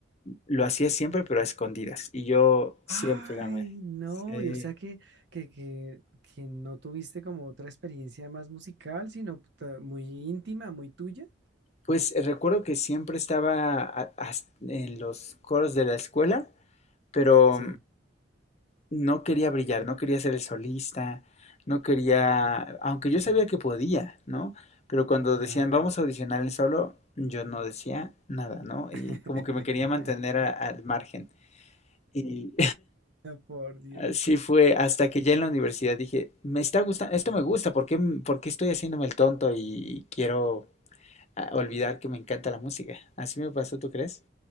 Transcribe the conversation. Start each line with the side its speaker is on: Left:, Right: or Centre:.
Left: lo hacía siempre, pero a escondidas. Y yo siempre
Right: Ay,
Left: gané.
Right: no,
Left: Sí.
Right: y o sea que, que, que, que no tuviste como otra experiencia más musical, sino ta- muy íntima, muy tuya.
Left: Pues eh, recuerdo que siempre estaba a- as- en los coros de la escuela, pero
Right: Sí,
Left: mm, no quería brillar, no quería ser el solista, no quería, aunque yo sabía que podía, ¿no? Pero cuando
Right: claro.
Left: decían, vamos a audicionar el solo, yo no decía nada, ¿no?
Right: <laughs>
Left: Y como que me quería mantener a- al margen. Y
Right: Por Dios.
Left: Así fue, hasta que ya en la universidad dije, me está gustando, esto me gusta, ¿por qué, m- por qué estoy haciéndome el tonto y quiero ah, olvidar que me encanta la música? Así me pasó, ¿tú crees?